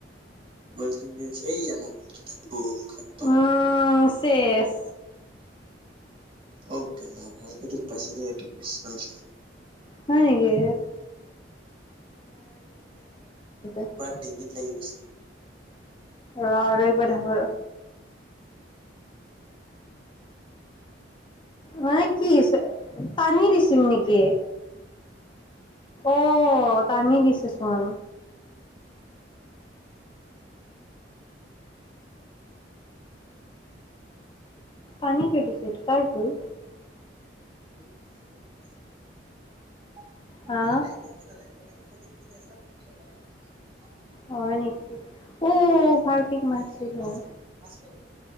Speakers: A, on the right (about 30°); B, on the left (about 25°).
A: <unintelligible>
B: অ', চেছ।
A: অকে, ভাল কেই দুখ পাইছে দেই এইটো, কৃষ্ণ, কৃষ্ণ।
B: হয় নেকি <unintelligible>
A: ডিংগিত লাগি গৈছে,
B: ৰ আৰু একবাৰ দেখুৱা
A: <unintelligible>
B: মানে কি হৈছে, টানি দিছিল নেকি। অ', টানি দিছে চোন। পানী কাটিছে, এইটো তাৰ ভুল।
A: <inaudible>
B: হা
A: <inaudible>
B: হয় নেকি, অ',
A: শুই আছো
B: ভাল কীক মাৰিছে গ'ল।
A: আহি আছো পাঁচ মিনিট পাঁচ মিনিট